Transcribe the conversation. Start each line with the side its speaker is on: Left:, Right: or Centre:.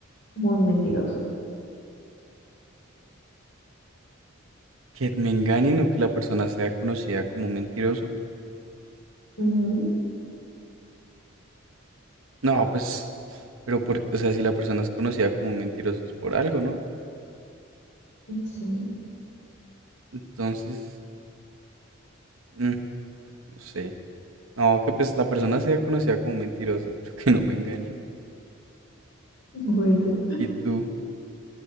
Left: como un mentiroso?
Right: ¿Que me engañen o que la persona sea conocida como un mentiroso?
Left: Ujú,
Right: No, pues, pero porque, o sea, si la persona es conocida como un mentiroso es por algo, ¿no?
Left: Sí,
Right: Entonces, mm, no sé. No, que pues la persona sea conocida como un mentiroso, <laughs> pero que no me engañen.
Left: <laughs> bueno.
Right: ¿Y tú?